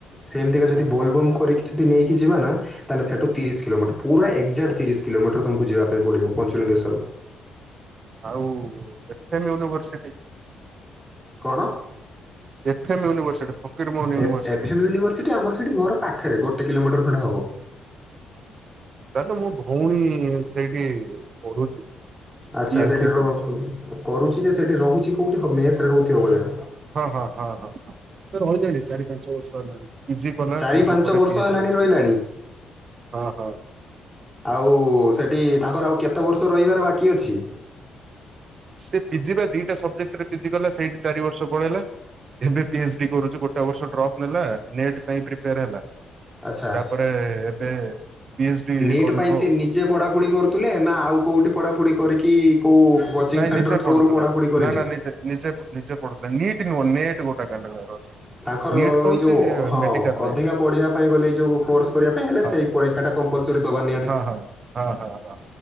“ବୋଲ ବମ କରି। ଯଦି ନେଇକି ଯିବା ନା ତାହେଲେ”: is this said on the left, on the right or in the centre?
Centre